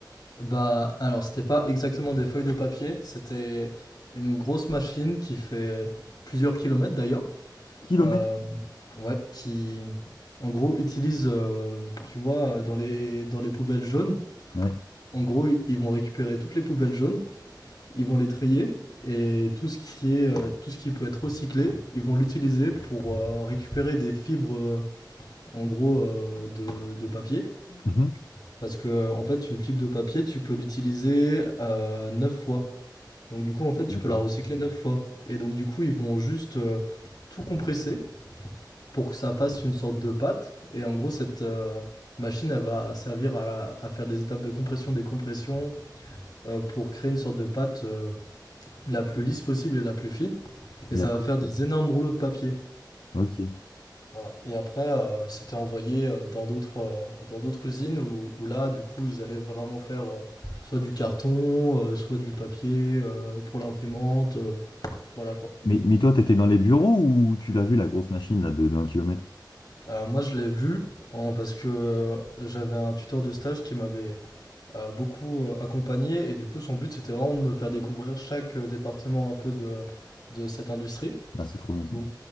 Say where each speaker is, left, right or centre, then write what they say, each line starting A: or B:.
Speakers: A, on the left; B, on the left.
A: Bah, alors, c'était pas exactement des feuilles de papier, c'était une grosse machine qui fait plusieurs kilomètres d'ailleurs,
B: Kilomètres?
A: euh, ouais, qui en gros utilise, euh, tu vois, dans les, dans les poubelles jaunes,
B: Ouais.
A: en gros, ils vont récupérer toutes les poubelles jaunes ils vont les trier et tout ce qui est euh, tout ce qui peut être recyclé, ils vont l'utiliser pour euh, récupérer des fibres euh, en gros euh, de, de papier
B: Mhm.
A: parce que en fait une fibre de papier tu peux l'utiliser euh, 9 fois. Donc du coup en fait tu
B: D'accord.
A: peux la recycler 9 fois et donc du coup ils vont juste euh, tout compresser pour que ça fasse une sorte de pâte et en gros cette euh, machine elle va servir à, à faire des étapes de compression des compressions euh, pour créer une sorte de pâte euh, la plus lisse possible et la plus fine. Et
B: Mais
A: ça
B: après,
A: va faire des énormes rouleaux de papier.
B: ok.
A: Voilà. Et après, euh, c'était envoyé euh, dans d'autres euh, dans d'autres usines où, où là, du coup, ils allaient vraiment faire euh, soit du carton, euh, soit du papier euh, pour l'imprimante. euh, voilà quoi.
B: Mais, mais toi, tu étais dans les bureaux ou tu l'as vu la grosse machine là de, de 1 km?
A: Euh, moi, je l'ai vu en- parce que euh, j'avais un tuteur de stage qui m'avait euh, beaucoup euh, accompagné. Et du coup, son but, c'était vraiment de me faire découvrir chaque euh, département un peu de, de cette industrie.
B: Ah, c'est trop bien ça.
A: Donc,